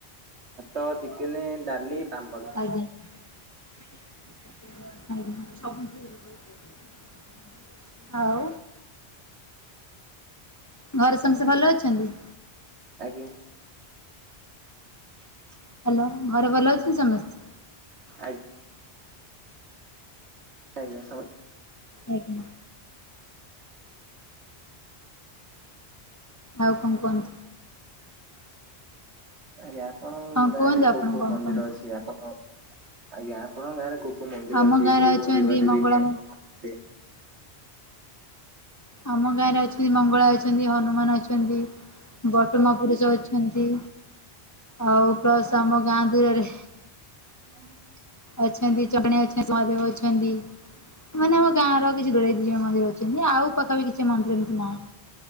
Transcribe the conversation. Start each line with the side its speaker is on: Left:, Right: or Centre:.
Right: ଭାତ ଚିକେନେ ଡାଲି ପାମ୍ପଡ।
Left: ଆଜ୍ଞା <unintelligible> ଆଜ୍ଞା ସବୁ। ହଉ। ଘରେ ସମସ୍ତେ ଭଲ ଅଛନ୍ତି?
Right: ଆଜ୍ଞା। <inaudible>
Left: ହ୍ୟାଲୋ। ଘରେ ଭଲ ଅଛନ୍ତି ସମସ୍ତେ।
Right: ଆଜ୍ଞ ଆଜ୍ଞ ସମ
Left: ଆଜ୍ଞା। ଆଉ କଣ କୁହନ୍ତୁ?
Right: ଆଜ୍ଞା। କଣ
Left: ହଁ
Right: ଗାଁ
Left: କୁହନ୍ତୁ
Right: ରେ
Left: ଆପଣ
Right: କୋଉ କୋଉ
Left: କଣ
Right: ମନ୍ଦିର
Left: କୁହନ୍ତୁ?
Right: ଅଛି? ଆପଣ ଆଜ୍ଞା ଆପଣଙ୍କ ଗାଁରେ କୋଉ କୋଉ ମନ୍ଦିର
Left: ଆମ
Right: ଅଛି?
Left: ଗାଁରେ
Right: କଉ କଉ
Left: ଅଛନ୍ତି
Right: ଦେବାଦେବୀ
Left: ମଙ୍ଗଳା
Right: କି
Left: ମା
Right: ଦେଇ।
Left: ଆମ ଗାଁରେ ଅଛନ୍ତି ମଙ୍ଗଳା ଅଛନ୍ତି ହନୁମାନ ଅଛନ୍ତି ବ ଉତମ ପୁରୁଷ ଅଛନ୍ତି ଆଉ ପ୍ଲସ ଆମ ଗାଁ ଦୂରରେ
Right: <inaudible>
Left: ଅଛନ୍ତି ଜଣେ ଅଛନ୍ତି ମହାଦେବ ଅଛନ୍ତି। ମାନେ ଆମ ଗାଁ ର କିଛି ଗରେ ଦ ମନ୍ଦିର ଅଛନ୍ତି ଆଉ ପାଖରେ ବି କିଛି ମନ୍ଦିର ନାହିଁ।